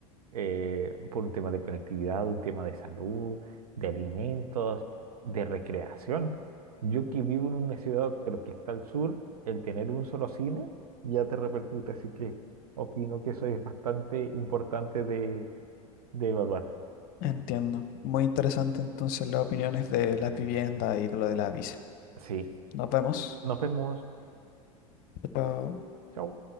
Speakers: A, on the right; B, on the left.
A: eh, por un tema de conectividad, un tema de salud, de alimentos, de recreación. Yo que vivo en una ciudad, pero que está al sur, el tener un solo cine ya te repercute, así que opino que eso es bastante importante de evaluar.
B: Entiendo. Muy interesante entonces las opiniones de las viviendas y de lo de la visa.
A: Sí,
B: Nos vemos.
A: nos vemos.
B: Chao.
A: Chao.